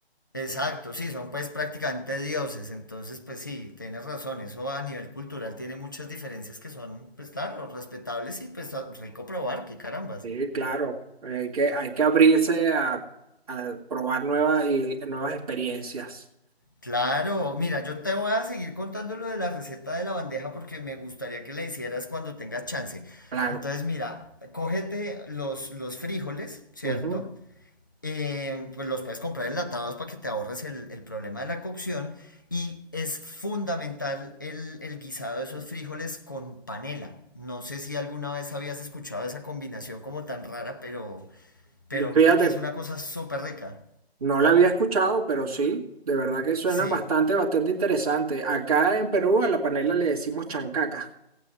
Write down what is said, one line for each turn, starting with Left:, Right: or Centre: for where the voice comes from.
Left: exacto, sí, son pues prácticamente dioses, entonces pues sí, tienes razón, eso a nivel cultural tiene muchas diferencias que son, pues claro, respetables y pues a- rico probar, qué carambas.
Right: Sí, claro, hay que, hay que abrirse a, a probar nuevas y nuevas experiencias.
Left: Claro, mira, yo te voy a seguir contando lo de la receta de la bandeja porque me gustaría que la hicieras cuando tengas chance.
Right: Claro.
Left: Entonces, mira, cógete los, los frijoles, ¿cierto?
Right: Ujú.
Left: eh, pues los puedes comprar enlatados para que te ahorres el, el problema de la cocción. Y es fundamental el, el guisado de esos frijoles con panela. No sé si alguna vez habías escuchado esa combinación como tan rara, pero, pero
Right: Fíjate,
Left: mira que es una cosa súper rica.
Right: no la había escuchado, pero sí, de verdad que suena
Left: Sí,
Right: bastante, bastante interesante. Acá en Perú a la panela le decimos chancaca.